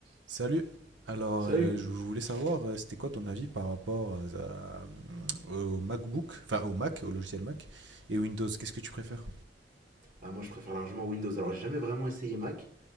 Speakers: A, on the right; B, on the right.
A: Salut. Alors,
B: Salut
A: euh, je voulais savoir, euh, c'était quoi ton avis par rapport à- à- au MacBook, enfin au Mac, au logiciel Mac et Windows. Qu'est-ce que tu préfères?
B: Ah, moi je préfère largement Windows. Alors j'ai jamais vraiment essayé Mac,